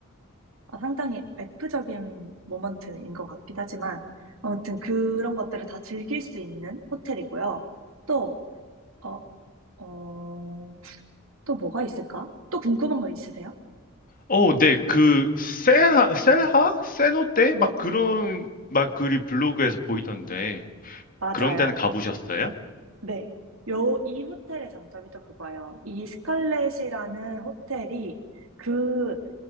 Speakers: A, on the right; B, on the left.
A: 아, 상당히 F적인 모먼트인 것 같긴 하지만, 아무튼 그런 것들을 다 즐길 수 있는 호텔이고요. 또, 어, 어, 또 뭐가 있을까? 또 궁금한 거 있으세요?
B: 어, 네, 그, 셀하, 셀하? 세노테?
A: 네,
B: 막 그런, 막 글이 블로그에서 보이던데,
A: 맞아요.
B: 그런 데는 가보셨어요?
A: 네. 요, 이 호텔의 장점이 또 그거예요. 이 스칼렛이라는 호텔이 그